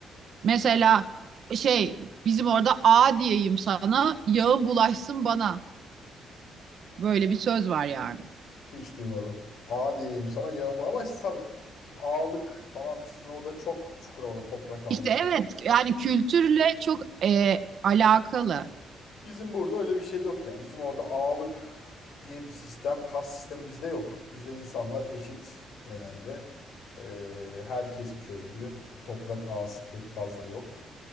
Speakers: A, on the right; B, on the left.
A: Mesela şey bizim orada A diyeyim sana, yağın bulaşsın bana. Böyle bir söz var yani.
B: Hiç duymadım. A diyeyim sana yağmur ama işte tabii şimdi ağalık falan sizin orada çok Çukurova'da toprak ağalığı
A: İşte
B: falan.
A: evet yani kültürle çok e, alakalı.
B: Bizim burada öyle bir şey yok yani. Bizim orada ağalık diye bir sistem, kas sistemi bizde yok. Bizde insanlar eşit genelde. E, herkes köylü. Toprak ağası pek fazla yok.